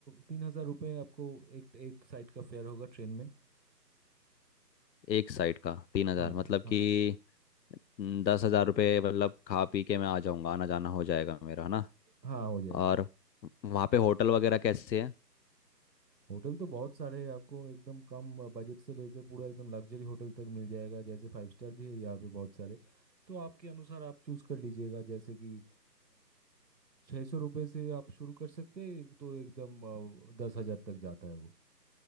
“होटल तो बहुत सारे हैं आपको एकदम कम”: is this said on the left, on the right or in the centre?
Right